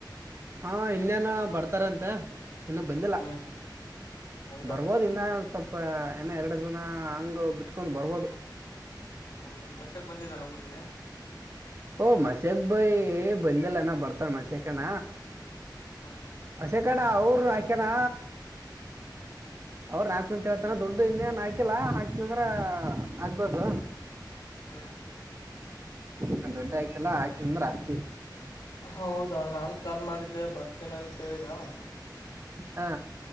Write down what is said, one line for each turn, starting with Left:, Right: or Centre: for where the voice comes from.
Right: ಹಾ ಇನ್ನೇನ ಬರ್ತಾರಂತೆ ಇನ್ನು ಬಂದಿಲ್ಲ
Left: ಹ್ಮ್ ಹೌದಾ
Right: ಬರ್ಬೋದ ಇನ್ನ ಸ್ವಲ್ಪ ಇನ್ನ ಎರಡು ದನ ಹಂಗ್ ಬಿಟ್ಕೊಂಡ್ ಬರ್ಬೋದು
Left: ಹೌದಾ ಮಶಾಕ್ ಬಂದಿದ್ದಾನ ಊರಿಗೆ
Right: ಓ ಮಸ್ಯಕ್ ಬಯಿ ಬಂದಲ್ಲನ ಬರ್ತಾನ ಮಸ್ಯಾ ಕಣ
Left: ಹಾಂ ಹಾಂ
Right: ಅಶೇಖಣ್ಣ ಅವರು ಹಾಕ್ಯನಾ ಅವ್ರ ನಾಕನಂತ ಹೇಳ್ತಾನ
Left: ಹ್ಮ್
Right: ದೊಡ್ಡ ಇನ್ನೇನ್ ಹಯಕಿಲ್ಲ ಆಯತ ಅಂದ್ರ ಆಕ್ಬೇಕು
Left: ಹ್ಮ್
Right: ನ ದೊಡ್ಂಡೆ ಆಯಕಲ್ಲ ಹಾಕ ಅಂದ್ರ ಹಾಕ್ತವಿ
Left: ಹೌದಾ ನಾನು ಕಾಲ್ ಮಾಡಿದ್ದೆ ಬರ್ತೀನಿ ಅಂತೇಳಿದ
Right: ಹಾ